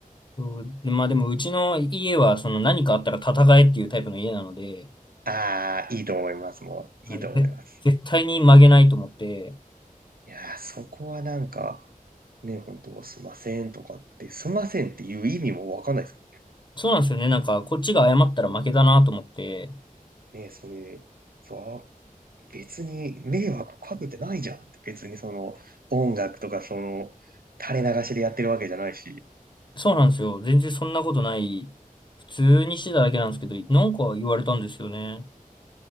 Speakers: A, on the left (about 30°); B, on the right (about 80°).
A: そうまあでも、うちの家は、その何かあったら戦えっていうタイプの家なので、
B: ああ、いいと思います、もう。
A: はい、
B: いいと思います。
A: で、絶対に曲げないと思って、
B: いやー、そこはなんか、ね、本当すいませんとかって、すいませんっていう意味もわかんないですもんね。
A: そうなんですよね。なんか、こっちが謝ったら負けだなと思って、
B: ね、それ、そう、別に迷惑かけてないじゃんって。別にその、音楽とかその、垂れ流しでやってるわけじゃないし。
A: そうなんですよ。全然そんなことない。普通にしてただけなんですけど、なんか言われたんですよね。